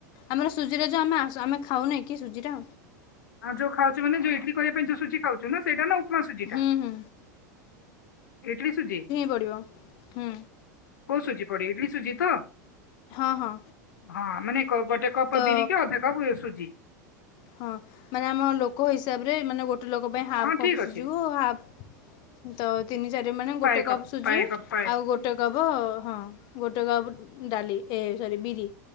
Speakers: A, on the left; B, on the left.
A: ଆମର ସୁଜିରେ ଯୋଉ ଆମେ ଆ ଆମେ ଖାଉନାକି ସୁଜିର
B: ଆଉ ଯୋଉ ଖାଉଚୁ ମାନେ ଯୋ ଇଟଲି କରିବା ପାଇଁ ଯଉ ସୁଜି ଖାଉଚୁ ନା ସେଇଟା ନା ଆଉ ମା ସୁଜି
A: ହୁଁ
B: ଟା
A: ହୁଁ
B: ଇଟଲି ସୁଜି।
A: ପଡିବ। ହୁଁ।
B: କଉ ସୁଝି ପଦେ ଇଡଲି ସୁଜି ତ?
A: ହଁ ହଁ
B: ହଁ ମାନେ ଗୋଟେ କପ
A: ତ
B: ବିରି କି ଅଧା କପା ସୁଜି।
A: ହଁ ମାନେ ଆମ ଲୋକ ହିସାବରେ ମାନେ ଗୋଟେ ଲୋକ ପାଇଁ ହାଫ୍
B: ହଁ ଠିକ
A: କପ୍
B: ଅଛି।
A: ସୁଝିବ ହାପ ତ ତିନି ଚାରି ମାନେ
B: ପାଏ
A: ଗୋଟେ କପ୍ ସୁଜି
B: ପାଏ କପ୍ ପାଏ କପ୍
A: ଆଉ ଗୋଟେ କପ ହଁ ଗୋଟ ଗା ଡାଲି ଏ ସରି ବିରି